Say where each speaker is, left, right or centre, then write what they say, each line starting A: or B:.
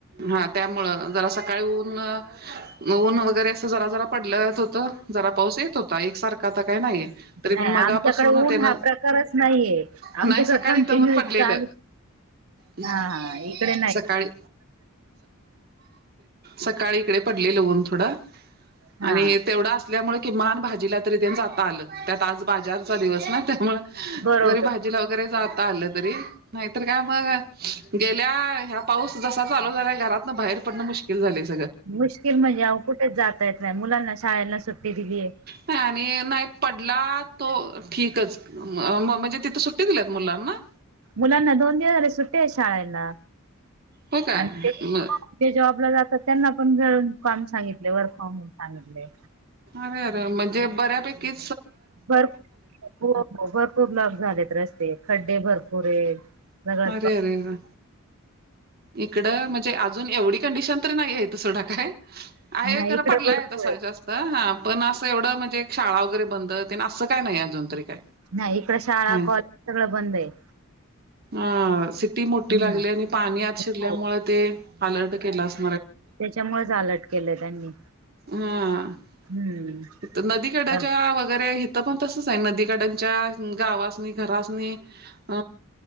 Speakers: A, on the right; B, on the right.
A: हा, त्यामुळ जरा सकाळी ऊन-ऊन वगैरे असं जरा जरा पडलंच होतं जरा पाऊस येत होता एका सारखा आता. नाही येत
B: नाही
A: पणमगा
B: आमच्याकडे
A: पासून
B: ऊन
A: तेन
B: हा प्रकारच नाहीये आमच्याकडे
A: नाही सा काधितवून
B: कंटिन्यू
A: पडलेलं
B: चालू
A: <inaudible> <unintelligible>
B: हा हा इकडे नाही
A: सकाळी सकाळी इकडे पडन थोडा
B: हा
A: आणि तेवढा असल्यामुळे किमान भाजीला तरी ते जात आलं त्यात आज बाजारचा दिवस ना त्यामुळ
B: बरोबर
A: जरी भाजीला वगैरे जाता आलं तरी नाहीत काय मग गेल्या पाऊस जसा चालो झाल्या घरातून बाहेर पडणं मुश्किल झालेस.
B: मुश्किल म्हणजे अ कुठेच जाता येत नाही मुलांना शाळेना सुट्टी दिली आहे.
A: नाही आणि नाही पडला तो ठीकच म्हणजे तिथं सुट्टी दिल्यात मुलांना.
B: मुलाना दोन झाले सुट्टे शाळेेला.
A: हो काय
B: आणि ते
A: म
B: जॉबला जातात त्यांना पण घर काम सांगितले वर्क फॉम होम सांगितले.
A: अरे म्हणजे बऱ्यापैकी
B: भरपूर हो हो भरपूर ब्लॉक झालेत रस्ते खड्डे भरपूर आहेत. सगळंच
A: अरे, अरे अरे इकडं म्हणजे अजून एवढी कंडिशन तररी नाही आहे त सोडा काय. आहे
B: नाही
A: खरं
B: इकडे
A: पडला
B: भरपूर
A: आहे तसाय जास्त हा पण असं एवढं म्हणजे शाळा वगैरे बंदते असं काही नाही अजून तरी. काय
B: नाही इकड शाळा
A: हाय
B: कॉलेज सगळं बंद आहे.
A: अ सि्टी मोठी
B: हम्म
A: लागली आणि पाणी आत शिरल्यामुळे
B: हो
A: ते अलर्ट केला असत
B: त्याच्यामुळेच अलर्ट केलंय त्यांनी
A: हा
B: हम्म
A: <inaudible> तर नदीकड्याच्या
B: तर
A: वगैरे पण तसच नदीच्या गावासनि घरासनी, <unintelligible>